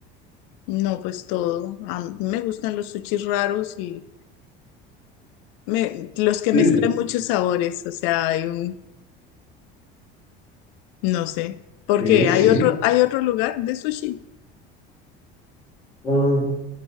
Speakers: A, on the left (about 70°); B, on the left (about 30°).
A: No, pues todo. A mí me gustan los sushis raros y me- los que
B: Sí,
A: mezclan muchos sabores. O sea, hay un, no sé, porque
B: ok, sí.
A: hay otro, hay otro lugar de sushi.
B: ah,